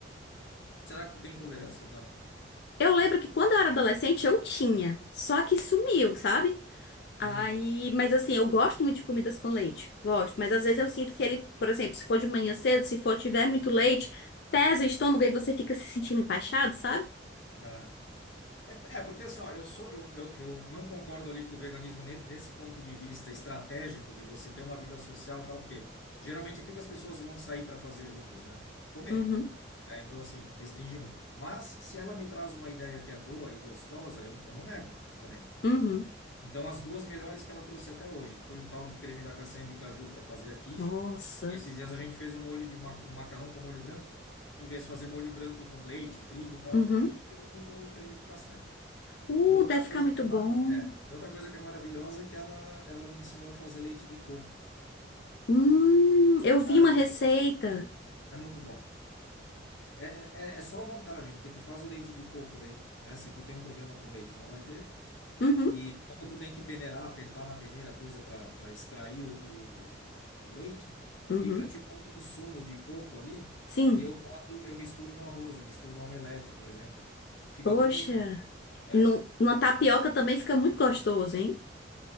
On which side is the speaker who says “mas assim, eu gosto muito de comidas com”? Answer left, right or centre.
Left